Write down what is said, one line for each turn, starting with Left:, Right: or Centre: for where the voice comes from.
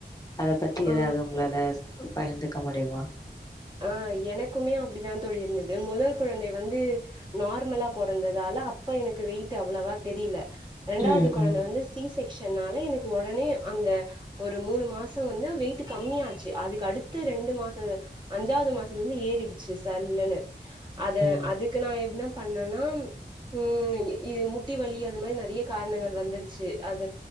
Left: அத பத்தி
Right: ஆ
Left: ஏதாது ஒங்களால சொ பகிர்ந்துக்க முடியுமா
Right: ஆ எனக்குமே அப்டிதா தோழி இருந்தது முதல் குழந்தை வந்து நார்மலா பொறந்ததால அப்ப எனக்கு வெயிட் அவ்ளவா தெரில ரெண்டாது
Left: ம்
Right: கொழந்த
Left: ம்
Right: வந்து ஸ் சி செக்ஷன்னால எனக்கு ஒடனே அந்த ஒரு மூணு மாசோ வந்து வெயிட்டு கம்மியாச்சி அதுக்கு அடுத் த்து ரெண்டு மாசங்க அஞ்சாது மாசத்துலந்து ஏறிடுச்சி சல்லன்னு அத
Left: ம்.
Right: அதுக்கு நா எப்டினா பண்ணனா ஊம் இது முட்டி வலி அது மாரி நெறய காரணங்கள் வந்துருச் சி அத